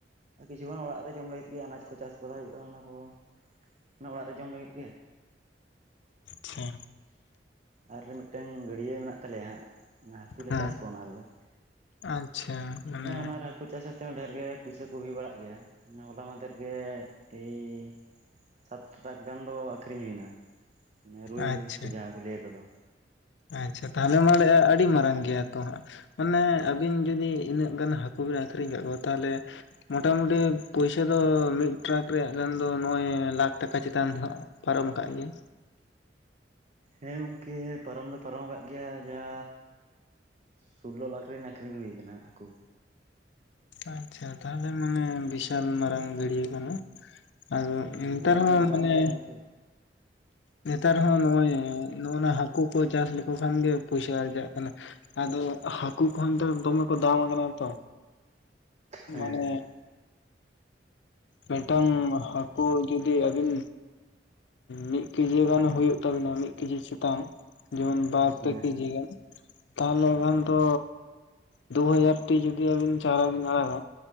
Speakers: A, on the right; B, on the left.
A: ᱟᱨ ᱠᱤᱪᱷᱩ ᱜᱟᱱ ᱚᱲᱟᱜ ᱨᱮ ᱡᱚᱢ ᱞᱟᱹᱜᱤᱫ ᱜᱮ ᱟᱱᱟᱡᱽ ᱠᱚ ᱪᱟᱥ ᱵᱟᱲᱟ ᱦᱩᱭᱩᱜᱼᱟ ᱚᱱᱟ ᱦᱚᱸ ᱚᱱᱟ ᱚᱲᱟᱜ ᱨᱮ ᱡᱚᱢ ᱞᱟᱹᱜᱤᱫ ᱜᱮ
B: ᱟᱪᱪᱷᱟ
A: ᱟᱨ ᱢᱤᱫᱴᱟᱹᱝ ᱜᱟᱹᱰᱭᱟᱹ ᱢᱮᱱᱟᱜ ᱛᱟᱞᱮᱭᱟ ᱦᱟᱹᱠᱩ ᱞᱮ
B: ᱦᱮᱸ
A: ᱪᱟᱥ ᱠᱚᱣᱟ ᱚᱱᱟ ᱨᱮᱫᱚ
B: ᱟᱪᱪᱷᱟ ᱢᱟᱱᱮ
A: ᱚᱱᱮ ᱚᱱᱟᱨᱮ ᱦᱟᱹᱠᱩ ᱪᱟᱥ ᱟᱛᱮᱫ ᱦᱚᱸ ᱰᱷᱮᱨ ᱜᱮ ᱯᱩᱭᱥᱟᱹ ᱠᱚ ᱦᱩᱭ ᱵᱟᱲᱟᱜ ᱜᱮᱭᱟ ᱦᱚᱞᱟ ᱢᱟᱫᱷᱮᱨ ᱜᱮ <unintelligible> ᱥᱟᱛ ᱴᱮᱨᱟᱠᱷ ᱜᱟᱱ ᱫᱚ ᱟᱹᱠᱷᱨᱤᱧ ᱦᱩᱭ ᱮᱱᱟ ᱢᱟᱱᱮ ᱨᱩᱭ
B: ᱟᱪᱪᱷᱟ
A: ᱦᱟᱹᱠᱩ ᱡᱟᱦᱟᱸ ᱠᱚ ᱞᱟᱹᱭ ᱟᱠᱚᱫᱚ
B: ᱟᱪᱪᱷᱟ ᱛᱟᱦᱚᱞᱮ ᱢᱟᱱᱮ ᱟᱹᱰᱤ ᱢᱟᱨᱟᱝ ᱜᱮᱭᱟ ᱛᱚ ᱦᱟᱸᱜ ᱢᱟᱱᱮ ᱟᱹᱵᱤᱱ ᱡᱩᱫᱤ ᱤᱱᱟᱹᱜ ᱜᱟᱱ ᱦᱟᱹᱠᱩ ᱵᱤᱱ ᱟᱹᱠᱷᱨᱤᱧ ᱠᱟᱜ ᱠᱚᱣᱟ ᱛᱟᱦᱚᱞᱮ ᱢᱚᱴᱟ ᱢᱩᱴᱤ ᱯᱩᱭᱥᱟᱹ ᱫᱚ ᱢᱤᱫ ᱴᱨᱟᱠ ᱨᱮᱭᱟᱜ ᱜᱟᱱ ᱫᱚ ᱱᱚᱭ ᱞᱟᱠᱷ ᱴᱟᱠᱟ ᱪᱮᱛᱟᱱ ᱫᱚ ᱯᱟᱨᱚᱢ ᱟᱠᱟᱫ ᱜᱮᱭᱟᱭ
A: ᱦᱮᱸ ᱜᱚᱢᱠᱮ ᱯᱟᱨᱚᱢ ᱫᱚ ᱯᱟᱨᱚᱢ ᱟᱠᱟᱫ ᱜᱮᱭᱟ ᱡᱟᱻ ᱥᱩᱞᱞᱳ ᱞᱟᱠᱷ ᱨᱮᱱ ᱟᱹᱠᱷᱨᱤᱧ ᱦᱩᱭ ᱟᱠᱟᱱᱟ ᱦᱟᱹᱠᱩ
B: ᱟᱪᱪᱷᱟ ᱛᱟᱦᱞᱮ ᱢᱟᱱᱮ ᱵᱤᱥᱟᱞ ᱢᱟᱨᱟᱝ ᱜᱟᱹᱰᱭᱟᱹ ᱠᱟᱱᱟ ᱟᱫᱚ
A: ᱦᱮᱸ
B: ᱮᱱᱛᱮ
A: ᱢᱟᱨᱟᱝ
B: ᱨᱮᱦᱚᱸ
A: ᱫᱚ ᱢᱟᱨᱟᱝ
B: ᱢᱟᱱᱮ
A: ᱜᱮᱭᱟ ᱜᱚᱢᱠᱮ
B: ᱱᱮᱛᱟᱨ ᱦᱚᱸ ᱱᱚᱜᱼᱚᱭ ᱱᱚᱜᱼᱚ ᱱᱟ ᱦᱟᱹᱠᱩ ᱠᱚ ᱪᱟᱥ ᱞᱮᱠᱚ ᱠᱷᱟᱱ ᱜᱮ ᱯᱩᱭᱥᱟᱹ ᱟᱨᱡᱟᱜ ᱠᱟᱱᱟ ᱟᱫᱚ ᱦᱟᱹᱠᱩ ᱠᱚᱦᱚᱸ ᱱᱮᱛᱟᱨ ᱫᱚᱢᱮ ᱠᱚ ᱫᱟᱢ ᱟᱠᱟᱱᱟ ᱛᱚ
A: ᱦᱮᱸ
B: ᱢᱟᱱᱮᱻ ᱢᱤᱫᱴᱟᱹᱝ ᱦᱟᱹᱠᱩ ᱡᱩᱫᱤ ᱟᱹᱵᱤᱱ ᱢᱤᱫ ᱠᱮᱡᱤ ᱜᱟᱱ ᱦᱩᱭᱩᱜ ᱛᱟᱹᱵᱤᱱᱟ ᱢᱤᱫ ᱠᱮᱡᱤ ᱪᱮᱛᱟᱱ ᱡᱮᱢᱚᱱ ᱵᱟᱨ
A: ᱦᱮᱸ
B: ᱯᱮ ᱠᱮᱡᱤ
A: ᱦᱮᱸ
B: ᱜᱟᱱ ᱛᱟᱦᱚᱞᱮ ᱮᱠᱷᱟᱱ ᱛᱚ ᱫᱩ ᱦᱟᱡᱟᱨ ᱴᱤ ᱡᱩᱫᱤ ᱟᱹᱵᱤᱱ ᱪᱟᱨᱟ ᱵᱤᱱ ᱟᱲᱟᱜᱟ